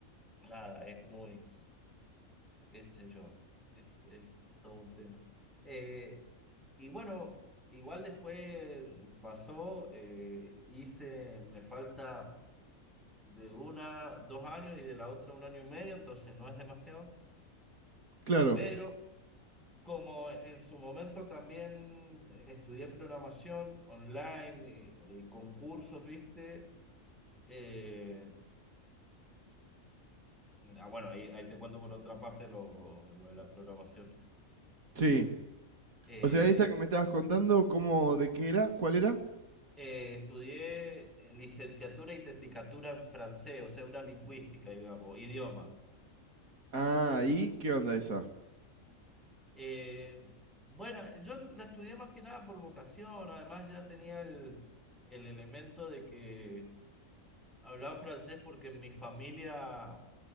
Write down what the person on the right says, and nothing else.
claro,
sí.
O sea, esta que me estabas contando, ¿cómo, de qué era? ¿Cuál era?
Ah, ¿y qué onda esa?